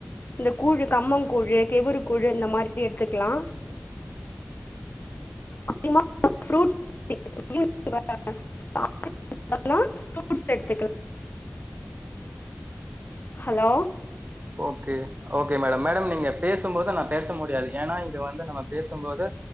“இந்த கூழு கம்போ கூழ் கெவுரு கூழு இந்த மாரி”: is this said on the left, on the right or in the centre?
Left